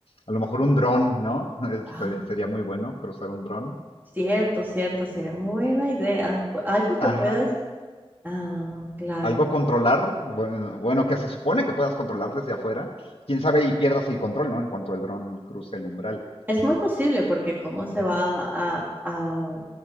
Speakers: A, on the left; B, on the right.
A: A lo mejor un dron, ¿no? <laughs> Eh,
B: Ah,
A: Ser- Sería muy bueno cruzar un dron.
B: cierto, cierto, sería muy buena idea. Algo que puedas...
A: Ajá.
B: Ah, claro.
A: algo a controlar, bueno, bueno, que se supone que puedas controlar desde afuera, quién sabe y pierdas el control, ¿no? En cuanto el dron cruce el umbral.
B: Es muy posible porque cómo se va a, a,